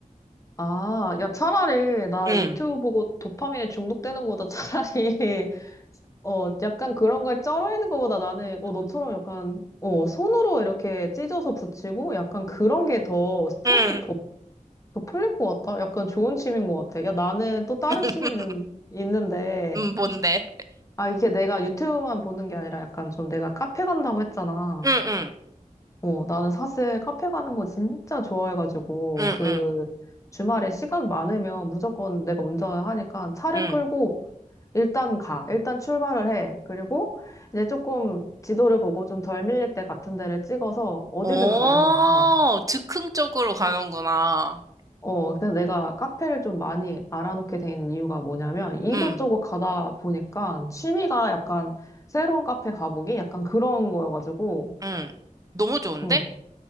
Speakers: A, on the left; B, on the right.
A: 아, 야, 차라리 나
B: 응,
A: 유튜브 보고 도파민에 중독되는 거보다 차라리, <laughs> 어, 약간 그런 거에 쩔어 있는 거보다 나는, 어, 너처럼 약간, 어, 손으로 이렇게 찢어서 붙이고 약간 그런 게 더 스트레스
B: 응,
A: 더, 더 풀릴 것 같다? 약간 좋은 취미인 것 같아. 야, 나는 또 다른
B: <laughs>
A: 취미는 있는데,
B: 음, 뭔데?
A: 아, 이게 내가 유튜브만 보는 게 아니라 약간 좀 내가 카페 간다고 했잖아.
B: 응, 응,
A: 어, 나는 사실 카페 가는 거 진짜 좋아해가지고,
B: 응,
A: 그
B: 응,
A: 주말에 시간 많으면 무조건 내가 운전을 하니까 차를
B: 응.
A: 끌고 일단 가. 일단 출발을 해. 그리고 이제 조금 지도를 보고 좀 덜 밀릴 때 같은 데를 찍어서 어디든
B: 어,
A: 가는 거야.
B: 즉흥 쪽으로 가는구나.
A: 어, 그래서 내가 카페를 좀 많이 알아놓게 된 이유가 뭐냐면 이곳저곳
B: 응,
A: 가다 보니까 취미가 약간 새로운 카페 가보기 약간 그런 거여가지고,
B: 응. 너무 좋은데?
A: 응.